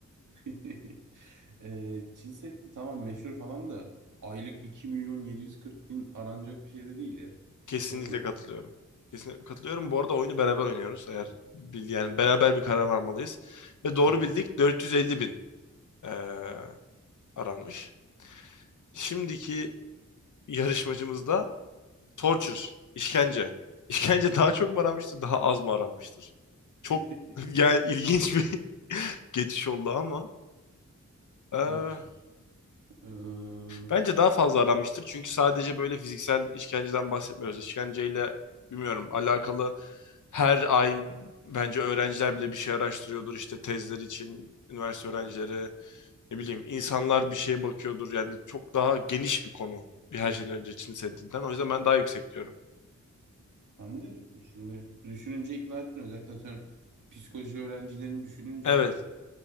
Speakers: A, on the right; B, on the left.
A: <laughs> Eee Çin Seddi tamam meşhur falan da aylık iki milyon yedi yüz kırk bin aranacak bir şey de değil ya.
B: Kesinlikle
A: Lover'dır.
B: katılıyorum. Kesinlikle katılıyorum. Bu arada oyunu beraber oynuyoruz. Eğer bil- yani beraber bir karar varmalıyız. Ve doğru
A: Tamam.
B: bildik 450 bin eee, aranmış. Şimdiki yarışmacımızda Torture, işkence. İşkence daha çok mu aranmıştır, daha az mı aranmıştır? Çok
A: <laughs>
B: <laughs> yani ilginç bir <laughs> geçiş oldu ama eee,
A: Torture. Eee,
B: bence daha fazla aranmıştır. Çünkü sadece böyle fiziksel işkenceden bahsetmiyoruz. İşkenceyle bilmiyorum alakalı her ay bence öğrenciler bile bir şey araştırıyordur işte tezler için üniversite öğrencileri ne bileyim insanlar bir şeye bakıyordur yani çok daha geniş bir konu bir her şeyden önce için hissettiğinden o yüzden ben daha yüksek diyorum.
A: ben de şimdi düşününce ikna ettin özellikle atıyorum psikoloji öğrencilerini düşününce
B: Evet